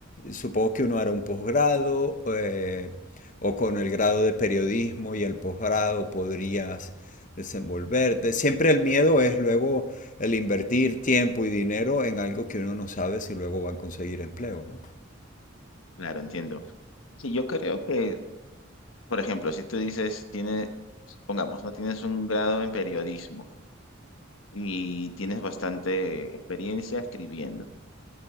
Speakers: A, on the left (about 40°); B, on the left (about 80°).
A: Supongo que uno hará un posgrado eh, o con el grado de periodismo y el posgrado podrías desenvolverte. Siempre el miedo es luego el invertir tiempo y dinero en algo que uno no sabe si luego va a conseguir empleo, ¿no?
B: claro, entiendo. Sí, yo creo que, por ejemplo, si tú dices, tiene, pongamos, ¿no? Tienes un grado en periodismo y tienes bastante experiencia escribiendo.